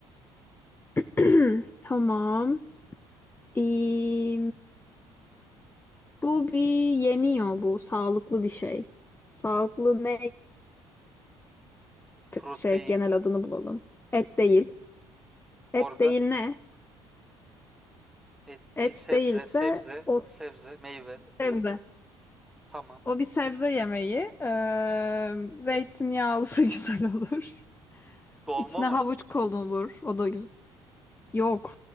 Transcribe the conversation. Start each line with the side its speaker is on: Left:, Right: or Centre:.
Left: <clears throat> Tamam. Ee, bu bir yeniyor bu. Sağlıklı bir şey. Sağlıklı ne
Centre: Protein,
Left: şey genel adını bulalım. Et değil.
Centre: organ,
Left: Et değil ne?
Centre: et
Left: Et
Centre: değil, sebze,
Left: değilse
Centre: sebze,
Left: o
Centre: sebze, meyve.
Left: sebze.
Centre: Tamam.
Left: O bir sebze yemeği. Ee, zeytinyağlısı <laughs> güzel olur.
Centre: Dolma
Left: İçine
Centre: mı?
Left: havuç konulur. O da güzel. Yok.